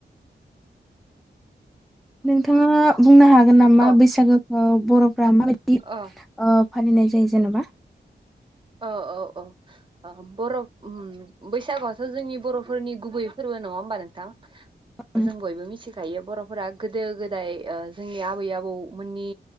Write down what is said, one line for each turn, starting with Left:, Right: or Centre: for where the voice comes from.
Centre: नोंथाङा बुंनो हा गोन नामा
Right: औ
Centre: बैसागो ओ बरफो रा माबिदि ओ
Right: अ
Centre: फालिनाय जायो जेनबा
Right: औ औ औ ओ बर ओम बैसागुआथ जोंनि बरफोरनि गुबैयै फोरबो नङा होमबा नोंथां
Centre: औ
Right: जों बयबो मिथिखायो बर फोरा गोदो गोदाय जोंनि आबै आबौ मोननि